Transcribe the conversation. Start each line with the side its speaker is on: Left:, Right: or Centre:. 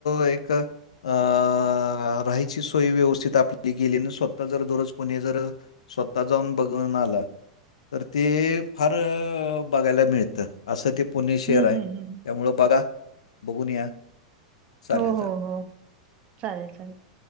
Left: एक अं राहायची सोय व्यवस्थित आपली केली, आणि स्वतः जर दररोज कोणी जर स्वता जाऊन बघून आला तर ते फार बघायला मिळतं असं ते पुणे शहर
Right: हम्म
Left: आहे,
Right: हम्म हम्म
Left: त्यामुळं बघा. बघून या. चालेल
Right: हो
Left: चालेल.
Right: हो हो. चालेल चालेल.